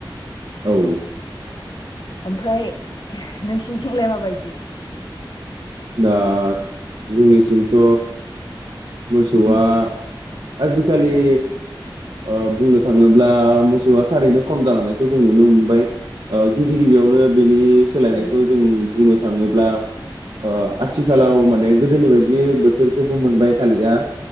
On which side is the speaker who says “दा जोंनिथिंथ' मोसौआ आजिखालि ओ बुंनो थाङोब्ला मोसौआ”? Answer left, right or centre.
Right